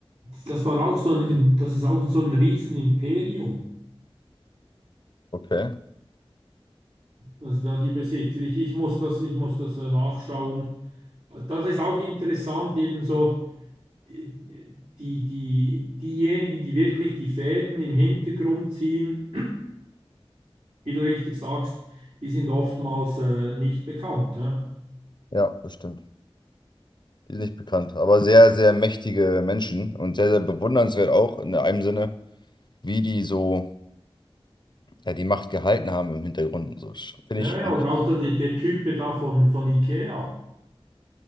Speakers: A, on the right; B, on the left.
A: das war auch so ein, das ist auch so ein Riesenimperium.
B: Okay,
A: Also da die Besitzer. Ich, ich muss das, ich muss das äh, nachschauen. Das ist auch interessant, ebenso die, die, die, diejenigen, die wirklich die Fäden im Hintergrund ziehen wie du richtig sagst, die sind oftmals äh, nicht bekannt. Hä?
B: ja, das stimmt. Die sind nicht bekannt, aber sehr, sehr mächtige Menschen und sehr, sehr bewundernswert auch in einem Sinne, wie die so, ja, die Macht gehalten haben im Hintergrund und so. Finde
A: Ja,
B: ich schon
A: ja, oder
B: krass.
A: auch der, der Typ da von, von IKEA,